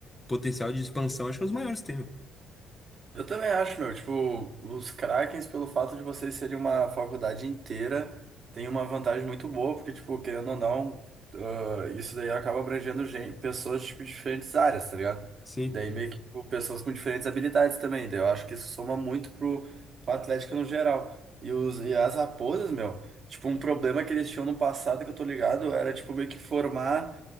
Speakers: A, on the left; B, on the right.
A: potencial de expansão, acho que é um dos maiores que tem, meu.
B: Eu também acho, meu, tipo, os Krakens, pelo fato de vocês serem uma faculdade inteira, tem uma vantagem muito boa, porque, tipo, querendo ou não, ah, isso daí acaba abrangendo gen- pessoas, tipo, de diferentes áreas, tá ligado?
A: Sim,
B: Daí meio que, tipo, pessoas com diferentes habilidades também, daí eu acho que isso soma muito pro, pro Atlético no geral. E, os, e as raposas, meu, tipo, um problema que eles tinham no passado, que eu tô ligado, era, tipo, meio que formar